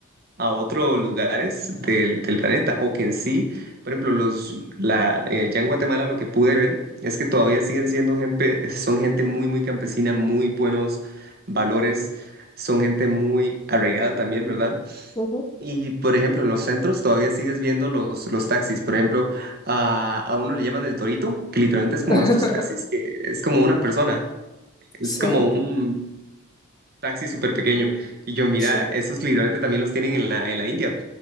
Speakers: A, on the right; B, on the left.
A: a otros lugares del, del planeta o que en sí, por ejemplo, los, la, eh, ya en Guatemala lo que pude ver es que todavía siguen siendo gente, son gente muy, muy campesina, muy buenos valores, son gente muy arraigada también, ¿verdad?
B: ujú.
A: Y, por ejemplo, en los centros todavía sigues viendo los, los taxis, por ejemplo, a, a uno le llaman el torito, que literalmente es como
B: <laughs>
A: estos taxis que es como una persona. Es
B: Sí,
A: como un, taxi súper pequeño. Y yo, mira,
B: sí.
A: esos literalmente también los tienen en la, en la India.